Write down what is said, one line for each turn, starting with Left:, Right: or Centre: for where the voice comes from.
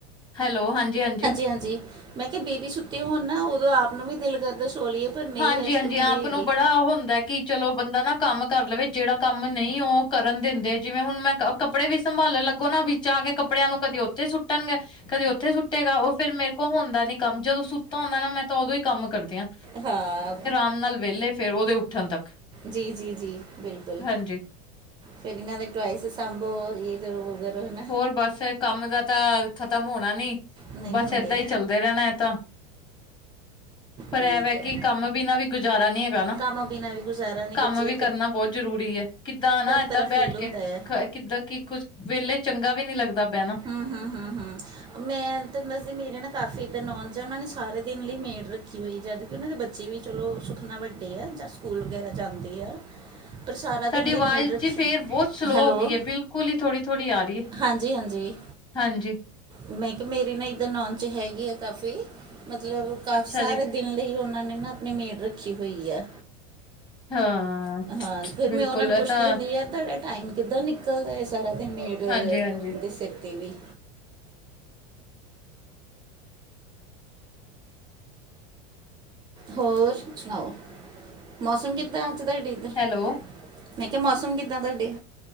Left: ਹੈਲੋ ਹਾਂਜੀ ਹਾਂਜੀ।
Right: ਹਾਂਜੀ। ਮੈਂ ਕਿਹਾ ਬੇਬੀ ਸੁੱਤੀ ਹੋਣ ਨਾ ਉਦੋਂ ਆਪ ਨੂੰ ਵੀ ਦਿਲ ਕਰਦਾ ਸੋ ਲਈਏ। ਪਰ ਨਹੀਂ
Left: ਹਾਂਜੀ
Right: ਰੈਸਟ
Left: ਹਾਂਜੀ
Right: ਹੁੰਦੀ
Left: ਆਪ
Right: ਹੈਗੀ
Left: ਨੂੰ ਬੜਾ ਓ ਹੁੰਦਾ ਕਿ ਚਲੋ ਬੰਦਾ ਨਾ ਕੰਮ ਕਰ ਲਵੇ ਜਿਹੜਾ ਕੰਮ ਨਹੀਂ ਉਹ ਕਰਨ ਦਿੰਦੇ ਜਿਵੇਂ ਹੁਣ ਮੈਂ ਕੰਮ ਕੱਪੜੇ ਵੀ ਸੰਭਾਲਣ ਲੱਗੋ ਨਾ ਵਿੱਚ ਆ ਕੇ ਕੱਪੜਿਆਂ ਨੂੰ ਕਦੇ ਉੱਥੇ ਸੁੱਟਣਗੇ ਕਦੇ ਉੱਥੇ ਸੁੱਟੇਗਾ ਉਹ ਫੇਰ ਮੇਰੇ ਕੋਲ ਹੁੰਦਾ ਨੀ ਕੰਮ ਜਦੋਂ ਸੁੱਤਾ ਹੁੰਦਾ ਨਾ ਮੈਂ ਤਾਂ ਉਦੋਂ ਹੀ ਕੰਮ ਕਰਦੀ ਹਾਂ।
Right: ਹਾਂ
Left: ਨਾਲੇ ਵਿਹਲੇ ਫੇਰ ਉਹਦੇ ਉੱਠਣ ਤੱਕ।
Right: ਜੀ- ਜੀ- ਜੀ ਬਿਲਕੁਲ
Left: ਹਾਂਜੀ
Right: ਫੇਰ ਇਹਨਾਂ ਦੇ ਟੋਇਸ ਸਾਂਭੋ ਏ। <unintelligible>
Left: ਹੋਰ ਬਸ ਏਹ ਕੰਮ ਦਾ ਤਾਂ ਖਤਮ ਹੋਣਾ ਨੀ
Right: ਨਹੀਂ
Left: ਬਸ
Right: ਹੁੰਦੇ
Left: ਏਦਾਂ ਹੀ ਚੱਲ ਦਹਿਣਾ ਹੈ ਤਾਂ ਪਰ
Right: ਠੀਕ
Left: ਇਹਵੀ
Right: ਹੈ
Left: ਕਿ ਕੰਮ ਬਿਨਾਂ ਵੀ ਗੁਜ਼ਾਰਾ ਨੀ ਹੈਗਾ ਨਾ
Right: ਕੰਮ ਬਿਨਾਂ ਵੀ ਗੁਜ਼ਾਰਾ ਨਹੀਂ
Left: ਕੰਮ
Right: ਬੱਚੇ
Left: ਵੀ ਕਰਨਾ ਬਹੁਤ ਜ਼ਰੂਰੀ ਹੈ ਕਿੱਦਾਂ ਨਾ। ਏਦਾਂ
Right: ਇਕ ਤਰ੍ਹਾਂ
Left: ਬੈਠ
Right: ਫੀਲ ਹੁੰਦਾ
Left: ਕੇ
Right: ਹੈ।
Left: ਕਿੱਦਾਂ ਕਿ ਕੁੱਝ ਵਿਹਲੇ ਚੰਗਾ ਵੀ ਨੀ ਲੱਗਦਾ ਬਹਿਣਾ।
Right: ਹਮ- ਹਮ- ਹਮ- ਹਮ ਮੈਂ ਤੁਹਾਨੂੰ ਦੱਸਦੀ ਮੇਰੇ ਨਾ ਕਾਫੀ ਇੱਧਰ ਨੌਚ ਆ ਉਹਨਾ ਨੇ ਸਾਰੇ ਦਿਨ ਲਈ ਮੇਢ ਰੱਖੀ। ਨਈਂ, ਜਦਕਿ ਨਾ ਮੇ ਬੱਚੇ ਵੀ ਚਲੋ ਸੁੱਖ ਨਾਲ ਵੱਡੇ ਐ ਜਾਂ ਸਕੂਲ ਵਗੈਰਾ ਜਾਂਦੇ ਐ ਪਰ ਸਾਰਾ ਦਿੱਲੀ
Left: ਸਾਡੀ ਆਵਾਜ਼
Right: ਮੇਲ ਰੱਖੀ,
Left: ਜੀ ਫੇਰ ਬਹੁਤ ਸਲੋਅ
Right: ਹੈਲੋ,
Left: ਹੋ ਗਈ ਹੈ ਬਿਲਕੁਲ ਹੀ ਥੋੜ੍ਹੀ ਥੋੜ੍ਹੀ ਆ ਰਹੀ ਹੈ
Right: ਹਾਂਜੀ-ਹਾਂ ਜੀ,
Left: ਹਾਂਜੀ
Right: ਮੈਂ ਕਿਹਾ ਮੇਰੀ ਨਾ ਇੱਧਰ ਨੌਨ 'ਚ ਹੈਗੀ ਆ ਕਾਫੀ, ਮਤਲਬ ਕਾਫ
Left: ਅੱਛਾ
Right: ਸਾਰੇ
Left: ਜੀ
Right: ਦਿਨ ਲਈ ਉਹਨਾਂ ਨੇ ਨਾ ਆਪਣੀ ਮੇਡ ਰੱਖੀ ਹੋਈ ਆ।
Left: ਹਾਂ
Right: ਹਾਂ, ਫਿਰ
Left: ਬਿਲਕੁਲ
Right: ਮੈਂ ਉਹਨਾਂ ਨੂੰ
Left: ਇਹ
Right: ਪੁੱਛਦੀ
Left: ਤਾਂ
Right: ਹੁੰਨੀ ਆ, ਤਾਡੇ ਟਾਈਮ ਕਿੱਦਾਂ ਨਿਕਲਦਾ ਐ ਸਾਰਾ ਦਿਨ ਮੇਰੇ
Left: ਹਾਂਜੀ ਹਾਂਜੀ
Right: ਦੇ ਸਿਰ 'ਤੇ ਵੀ। ਹੋਰ ਸੁਣਾਓ, ਮੌਸਮ ਕਿੱਦਾਂ ਅੱਜ ਤੁਹਾਡੇ ਇੱਧਰ?
Left: ਹੈਲੋ
Right: ਮੈਂ ਕਿਆ ਮੌਸਮ ਕਿੱਦਾਂ ਤੁਹਾਡੇ?